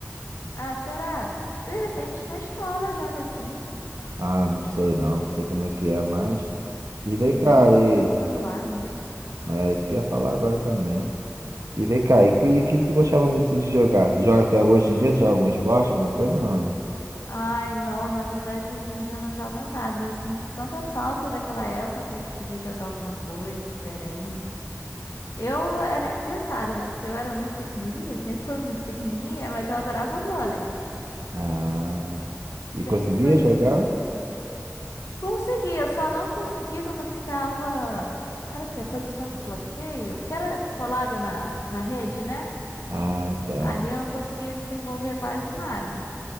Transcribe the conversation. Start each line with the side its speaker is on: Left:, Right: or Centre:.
Left: Ah, será? De repente na escola joga assim,
Right: Ah, não sei não, não sei como é que é mais. E
Left: se
Right: vem cá
Left: bem que
Right: aí.
Left: tudo é celular, né?
Right: É, isso que eu ia falar agora também. E vem cá, e o que, que tu gostava muito de jogar? Tu joga até hoje em dia? Tu joga algum esporte, alguma coisa? Não, né?
Left: Ai, não, na verdade hoje em dia eu não jogo nada. Eu sinto tanta falta daquela época que a gente podia jogar alguma coisa diferente. Eu era engraçado, né? Porque eu era muito pequenininha, sempre fui muito pequenininha, mas eu adorava vôlei.
Right: Ah, e
Left: Sempre
Right: conseguia
Left: gostei
Right: jogar?
Left: muito. Conseguia, só não conseguia quando eu ficava. Era o quê? Posição de bloqueio? Que era colada na, na rede, né?
Right: Ah, tá.
Left: Ali eu não conseguia desenvolver quase nada.